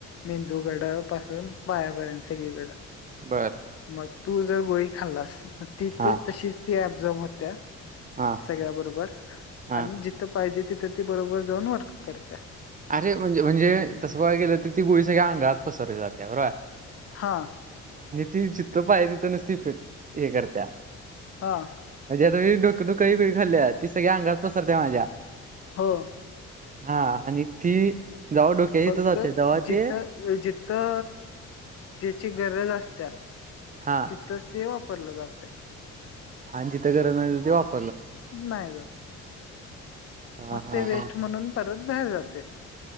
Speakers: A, on the left (about 50°); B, on the right (about 30°).
A: मेंदू गड पासून पायापर्यंत सगळीकड
B: बर
A: मग तू जर गोळी खाल्लास ती, ती
B: हा
A: तशीच ती अब्झॉब होत्या
B: हा
A: सगळ्या बरोबर
B: हा
A: आणि जित पाईजे तित ती बरोबर जऊन वर्क करतय
B: आरे म्हणजे म्हणजे तसं बगाय गेलं तर ती गुळी सगळ्या अंगात पसरली जात्या बरोबराय
A: हा
B: ती जित पाये तित नुसती इफेट हे करत्या
A: हा
B: म्हणजे आता मी डोक दुकायची खाल्या ती सगळ्या अंगात पसरत्या माज्या
A: हो
B: हा आणि ती डोक्याच्या
A: फक्त
B: इथं जाते तेव्हा
A: जित
B: ते
A: अ जित अ तेची गरज आसत्या
B: हा
A: तितच ते वापरलं जातंय
B: आणि जित गरज नइ तित
A: नाय जात
B: हा
A: म
B: हा
A: ते वेस्ट
B: हा
A: म्हणून परत बाहेर जातय